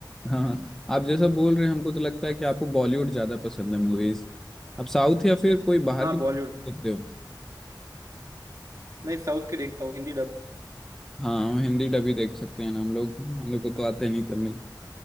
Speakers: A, in the centre; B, on the right.
A: हाँ हाँ आप जैसा बोल रहे हैं हमको तो लगता है कि आपको बॉलीवुड ज्यादा पसंद है मूवीज आप साउथ या फिर कोई बाहर
B: हाँ
A: की देखते
B: बॉलीवुड
A: हो
B: नहीं साउथ के देखता हूँ हिंदी डब
A: हाँ हम हिंदी डब ही देख सकते हैं ना हम लोग हम लोग को तो आते नहीं तमिल